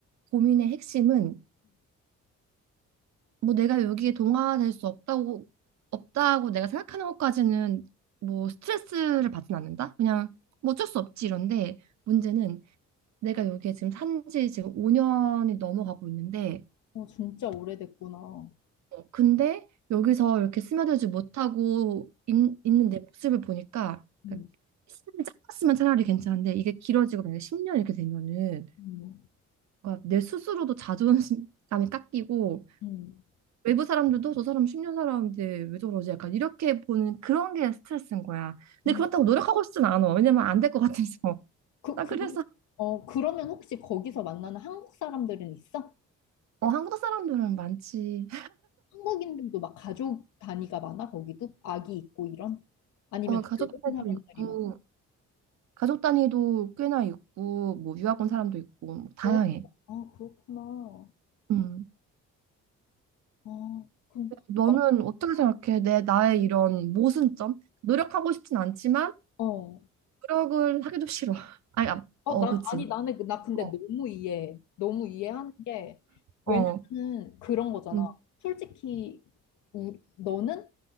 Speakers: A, on the right; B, on the left.
A: 고민의 핵심은 뭐 내가 여기에 동화될 수 없다고 없다고 내가 생각하는 것까지는 뭐 스트레스를 받진 않는다. 그냥 뭐 어쩔 수 없지 이런데 문제는 내가 여기에 지금 산지 지금 5년이 넘어가고 있는데
B: 어, 진짜 오래됐구나.
A: 근데 여기서 이렇게 스며들지 못하고 있, 는내 모습을 보니까
B: 음,
A: 그러니까 시간이 짧았으면 차라리 괜찮은데 이게 길어지고 만약에 10년 이렇게 되면은
B: 음,
A: 뭔가 내 스스로도 자존감이 <laughs> 깎이고
B: 음,
A: 외부 사람들도 저 사람 10년 살았는데 왜 저러지 약간 이렇게 보는 그런 게 스트레스인 거야. 근데
B: 음.
A: 그렇다고 노력하고 싶진 않아. 왜냐면 안 될 것 같아서.
B: 그,
A: 나
B: 그
A: 그래서
B: 어, 그러면 혹시 거기서 만나는 한국 사람들은 있어?
A: 어, 한국 사람들은 많지.
B: 한국인들도 막 가족 단위가 많아, 거기도? 아기 있고 이런? 아니면
A: 어, 가족
B: 젊은
A: 단위도
B: 사람들이
A: 있고
B: 막,
A: 가족 단위도 꽤나 있고 뭐 유학 온 사람도 있고 뭐 다양해.
B: 어, 아, 그렇구나.
A: 음.
B: 아, 그럼,
A: 너는
B: 막,
A: 어떻게 생각해? 내 나의 이런 모순점? 노력하고 싶진 않지만
B: 어.
A: 노력을 하기도 싫어. <laughs> 아니, 아,
B: 어,
A: 어,
B: 나,
A: 그치.
B: 아니, 나는, 그- 나 근데
A: 어,
B: 너무 이해, 너무 이해하는 게, 왜냐면은
A: 어, 어.
B: 그런 거잖아.
A: 음,
B: 솔직히, 우리, 너는